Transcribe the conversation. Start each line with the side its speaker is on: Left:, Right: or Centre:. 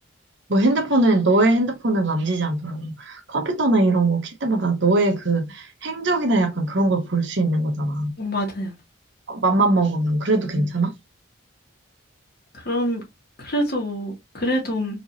Right: 뭐 핸드폰을, 너의 핸드폰을 만지지 않더라도 컴퓨터나 이런 거 킬 때마다 너의 그 행적이나 약간 그런 걸 볼 수 있는 거잖아.
Left: 어, 맞아요.
Right: 맘만 먹으면 그래도 괜찮아?
Left: 음. 그럼 그래서 뭐 그래도